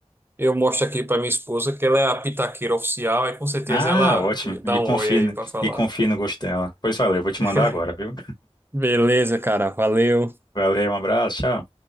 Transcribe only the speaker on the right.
Eu mostro aqui pra minha esposa que ela é a pitaqueira oficial, aí com certeza
ela
dá
um oi aí
pra falar.
<laughs>
Beleza, cara, valeu.